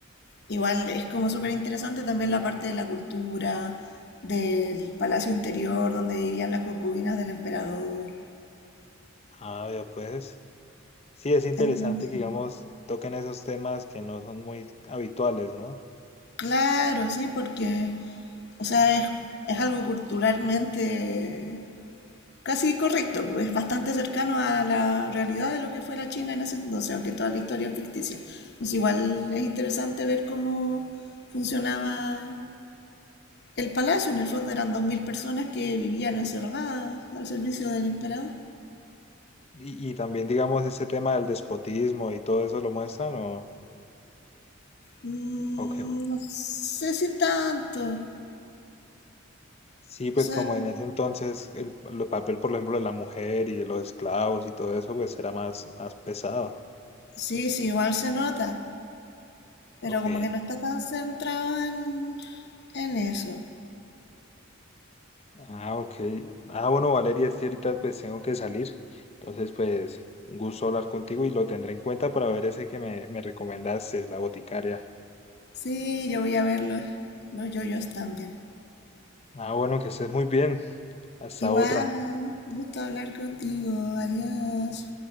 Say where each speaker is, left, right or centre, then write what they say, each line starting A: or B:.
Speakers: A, on the left; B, on the left.
A: Igual es como súper interesante también la parte de la cultura, del palacio interior donde vivían las concubinas del emperador.
B: ah, ya pues. Sí, es interesante
A: Entonces,
B: que, digamos, toquen esos temas que no son muy habituales, ¿no?
A: claro, sí, porque, o sea, es, es algo culturalmente casi correcto, pues bastante cercano a la realidad de lo que fue la China en ese entonces, aunque toda la historia es ficticia. Pues igual es interesante ver cómo funcionaba el palacio. En el fondo eran 2.000 personas que vivían encerradas al servicio del emperador.
B: Y, y también, digamos, ese tema del despotismo y todo eso lo muestran, ¿o,
A: Mm,
B: o qué?
A: no sé si tanto.
B: Sí, pues
A: O sea,
B: como en ese entonces el, el papel, por ejemplo, de la mujer y de los esclavos y todo eso, pues era más, más pesado.
A: sí, sí, igual se nota, pero
B: Ok.
A: como que no está tan centrado en, en eso.
B: Ah, ok. Ah, bueno, Valeria, es que ahorita pues tengo que salir. Entonces, pues, un gusto hablar contigo y lo tendré en cuenta para ver ese que me, me recomendaste, la boticaria.
A: Sí, yo voy a ver los, los yoyos también.
B: Ah, bueno, que estés muy bien. Hasta
A: Igual,
B: otra.
A: gusto hablar contigo. Adiós.